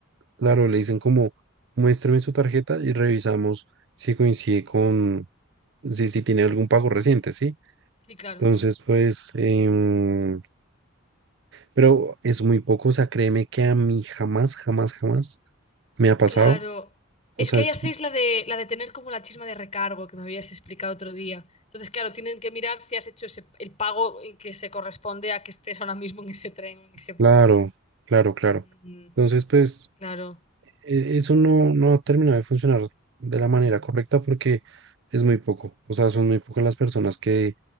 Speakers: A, on the right (about 55°); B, on the left (about 30°).
A: claro, le dicen como, muéstrame su tarjeta y revisamos si coincide con, si, si tiene algún pago reciente, ¿sí?
B: Sí, claro.
A: Entonces, pues, em, pero es muy poco. O sea, créeme que a mí jamás, jamás, jamás me ha pasado.
B: Claro.
A: O
B: Es
A: sea,
B: que ahí
A: es
B: hacéis la de, la de tener como la chisma de recargo que me habías explicado otro día. Entonces, claro, tienen que mirar si has hecho ese- el pago en que se corresponde a que estés ahora mismo en ese tren o en ese bus.
A: Claro, claro, claro.
B: Mm,
A: Entonces, pues,
B: claro.
A: e- eso no, no terminó de funcionar de la manera correcta porque es muy poco. O sea, son muy pocas las personas que,